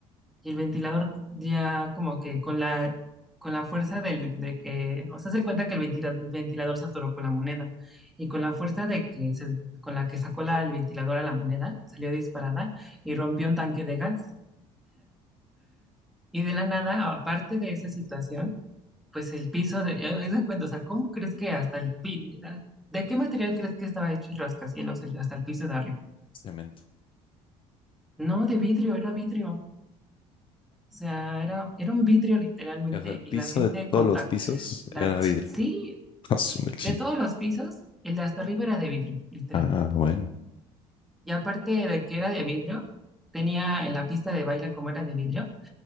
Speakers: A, in the centre; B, on the left.
A: y el ventilador ya como que con la, con la fuerza del, de que, o sea, se cuenta que el ventila- ventilador se atoró con la moneda y con la fuerza de que se- con la que sacó la, el ventilador a la moneda, salió disparada y rompió un tanque de gas. Y de la nada, aparte de esa situación, pues el piso, de, eh, haz de cuenta, o sea, ¿cómo crees que hasta el pi- ¿De qué material crees que estaba hecho el rascacielos el- hasta el piso de arriba?
B: cemento.
A: No, de vidrio, era vidrio. O sea, era, era un vidrio literalmente
B: O sea, el piso
A: y la gente
B: de todos
A: contacta.
B: los pisos
A: Las,
B: era
A: ch-
B: vidrio.
A: sí,
B: <laughs> Ah, su
A: de,
B: mecha.
A: de todos los pisos, el de hasta arriba era de vidrio, literal.
B: Ah, bueno.
A: Y aparte de que era de vidrio, tenía en la pista de baile como era de vidrio,